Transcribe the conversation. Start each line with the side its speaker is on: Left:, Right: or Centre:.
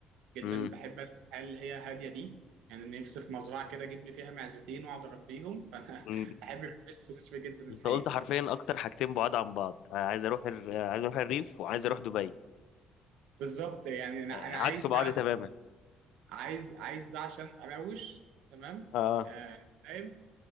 Right: جدا
Left: امم.
Right: بحب أنا الحياه اللي هي هاديه دي يعني نفسي في مزرعه كده اجيب لي فيها معزتين واقعد اربيهم فانا
Left: مم.
Right: <laughs> احب الريف السويسري جدا الحقيقه
Left: انت قلت حرفيا اكتر حاجتين بعاد عن بعض انا عايز اروح ال... عايز اروح الريف وعايز اروح دبي
Right: بالظبط يعني انا
Left: آه،
Right: أنا
Left: عكس
Right: عايز
Left: بعض
Right: ده
Left: تماما
Right: عايز عايز ده عشان اروش تمام
Left: اه
Right: آه، فاهم